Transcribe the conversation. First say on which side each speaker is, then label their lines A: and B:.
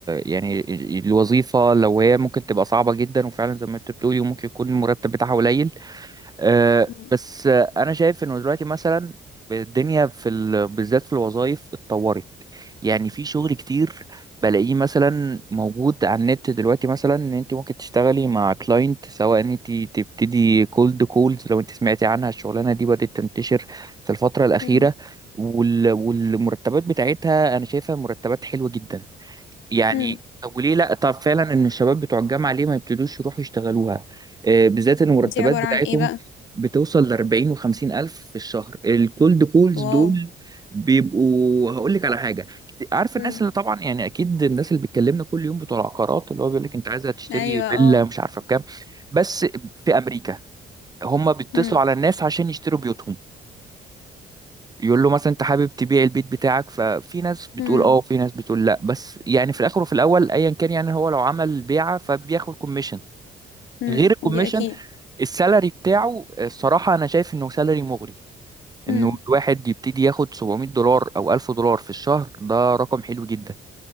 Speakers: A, on the right; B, on the left.
A: يعني الوظيفة لو هي ممكن تبقى صعبة جدا وفعلا زي ما انت بتقولي وممكن يكون المرتب بتاعها قليل آه،
B: مم.
A: بس آه، انا شايف انه دلوقتي مثلا الدنيا في ال... بالذات في الوظائف اتطورت يعني في شغل كتير بلاقيه مثلا موجود على النت دلوقتي مثلا ان انت ممكن تشتغلي مع كلاينت سواء ان انت تبتدي كولد كولز لو انت سمعتي عنها الشغلانه دي بدات تنتشر في الفتره الاخيره
B: مم.
A: وال... والمرتبات بتاعتها انا شايفها مرتبات حلوه جدا يعني
B: مم.
A: طب وليه لا طب فعلا ان الشباب بتوع الجامعه ليه ما يبتدوش يروحوا يشتغلوها آه، بالذات ان المرتبات
B: دي عبارة
A: بتاعتهم
B: عن ايه بقى
A: بتوصل ل 40 و50 الف في الشهر الكولد كولز
B: واو
A: دول بيبقوا هقول لك على حاجه عارف الناس
B: مم.
A: اللي طبعا يعني اكيد الناس اللي بتكلمنا كل يوم بتوع العقارات اللي هو بيقول لك انت عايزه تشتري
B: ايوه
A: فيلا
B: اه
A: مش عارفه بكام بس في امريكا هم بيتصلوا
B: مم.
A: على الناس عشان يشتروا بيوتهم يقول له مثلا انت حابب تبيع البيت بتاعك ففي ناس بتقول
B: مم.
A: اه وفي ناس بتقول لا بس يعني في الاخر وفي الاول ايا كان يعني هو لو عمل بيعه فبياخد كوميشن
B: مم.
A: غير الكوميشن
B: دي اكيد
A: السالري بتاعه الصراحه انا شايف انه سالري مغري
B: مم.
A: انه الواحد يبتدي ياخد 700 دولار او 1000 دولار في الشهر ده رقم حلو جدا